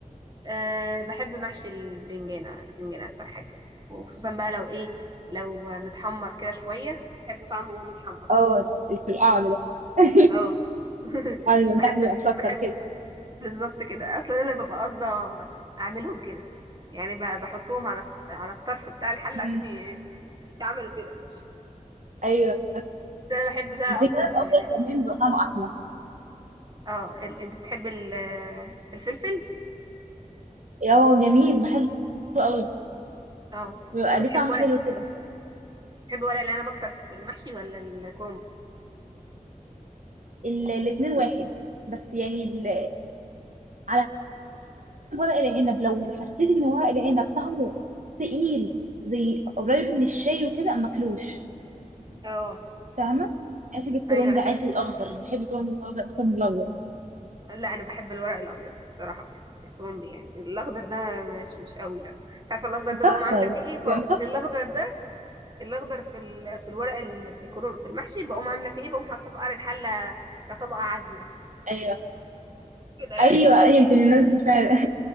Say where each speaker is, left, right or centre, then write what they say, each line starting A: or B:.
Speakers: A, on the right; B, on the right.
A: أه بحب محشي البرنجانة البرنجانة أكتر حاجة وخصوصا بقى لو إيه لو متحمر كده شوية بحب طعمه وهو متحمر
B: اه ده، اللي في القعر ده <laughs>
A: اه <laughs>
B: القعر اللي من
A: بحب
B: تحت بيبقى مسكر
A: بحب
B: كده
A: بالظبط كده أصلا أنا ببقى قاصدة أعملهم كده يعني ب- بحطهم على على الطرف بتاع الحل
B: مم.
A: عشان ي- يتعملوا كده
B: ايوه
A: بس أنا بحب بقى
B: بتجيب
A: أكتر
B: الابيض
A: يعني
B: كمان بيبقى طعمه احلى
A: اه ال... أنت بتحب ال... الفلفل
B: اه جميل بحبه قوي
A: اه
B: بيبقى
A: وبتحب
B: ليه طعم
A: ورق
B: حلو كده
A: بتحب ورق العنب أكتر في المحشي ولا الكرنب
B: ال- الاتنين واحد بس يعني ال... على حسب ورق العنب لو حسيت ان ورق العنب طعمه تقيل زي قريب من الشاي وكده ما اكلوش
A: اه
B: فاهمه انا بحب الكرنب
A: ايوه انا
B: عادي الاخضر بحب الكرنب الاخضر اكتر من الابيض
A: لا انا بحب الورق الابيض الصراحه في في الكرومبي يعني الاخضر ده مش مش قوي لا تعرف الاخضر
B: مسكر
A: ده بقوم عامله فيه ايه بقوم
B: يبقى مسكر
A: الاخضر ده الاخضر في ال... في الورق ال... في الكروم في المحشي بقوم عامله فيه ايه بقوم حاطاه في قعر الحله كطبقه عازله
B: ايوه
A: كده يعني
B: ايوه ايوه انت من الناس دي فعلا